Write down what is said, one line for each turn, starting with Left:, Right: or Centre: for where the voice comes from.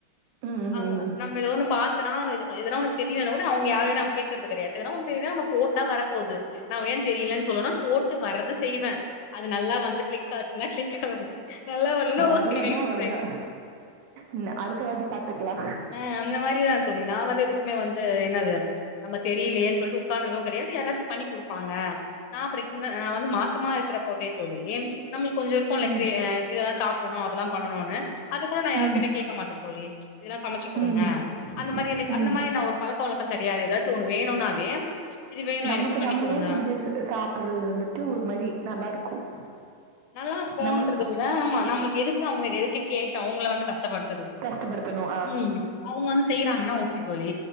Right: ம் ம்
Left: அவுங்க
Right: ம்
Left: நம்ம ஏதோ ஒண்ணு பார்த்தன்னா எதனா ஒண்ணு தெரியும்னா கூட அவுங்க <unintelligible> யாரையும் நம்ம கேட்கிறது கிடையாது <unintelligible> நம் போட்ட வர போகுது நம்ப ஏன் தெரிய தெரியலைன்னு சொல்லணும் போட்டு வரறது செய்வேன் அது நல்லா வந்து கிளிக் ஆச்சுன்னா <unintelligible> வரலன்னா
Right: வர்லன்னா
Left: ஓகே நெக்ஸ்ட்
Right: அவ்ளோதா
Left: ட்ரை
Right: இல்ல அடுத்த வாட்டி பாத்துக்கலாம்
Left: ஆஹ் அந்த மாரிதான் தோழி நான் வந்து எதுக்குமே வந்து என்னது நம்ம தெரியலையேன்னு சொல்லிட்டு உட்கார்ந்ததும் கிடையாது யாராச்சும் பண்ணி குடுப்பாங்க நான் ப்ரகனட் வந்து மாசமா இருக்கிறப்பவே தோழி ப்ச் நம்மளுக்கு கொஞ்ச இருக்குல்ல
Right: ம்
Left: கிரே இதெல்லாம் சாப்பிடணும் அதெல்லாம் பண்ணணுனு அது கூட யாருகிட்டயும்
Right: ம்
Left: கேக்க மாட்டேன் தோழி சமைச்சுக் கொடுங்க
Right: ம்
Left: அந்த மாரி எனக்கு அந்த
Right: ம்
Left: மாரினா ஒரு பழக்க வழக்கம் கிடையாது ஏதாச்சும் ஒன்னு வேணுனாவே ஏம் ச் இது வேணும்
Right: நமக்கு
Left: எனக்கு பண்ணி
Right: நம்மளே
Left: கொடுங்க
Right: செஞ்சு ச சாப்பிடுறது வந்துட்டு ஒரு மாரி நல்லா இருக்கும்
Left: நல்லா இருக்குன்றத
Right: நம்ம
Left: விட ஆமா நம்மளுக்கு எதுக்கு அவங்க எதுக்கு கேக் அவங்கள வந்து கஷ்டப்பட
Right: கஷ்டப்படுத்தணும்
Left: உம் அவுங்க வந்து செய்யறாங்கன்னா ஓகே தோழி